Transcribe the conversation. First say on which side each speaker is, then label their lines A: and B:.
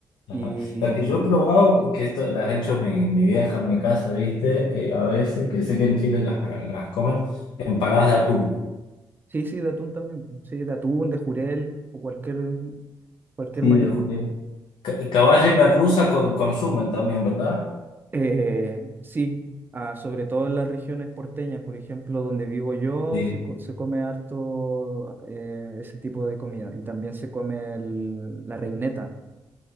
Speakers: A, on the left; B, on the right.
A: Ajá.
B: Y
A: La
B: mm,
A: que yo he probado, que esto las ha hecho mi, mi vieja en mi casa, ¿viste? Eh, a veces, que sé que en Chile las, las comen, empanadas de atún.
B: sí, sí, de atún también, po. sí, de atún, de jurel o cualquier cualquier
A: Sí,
B: marisco.
A: de juguete. Ca- Caballa y merluza con- consumen también, ¿verdad?
B: Eh, sí, ah, sobre todo en las regiones porteñas, por ejemplo, donde vivo yo,
A: Sí.
B: se, co- se come harto eh, ese tipo de comida. Y también se come el- la reineta.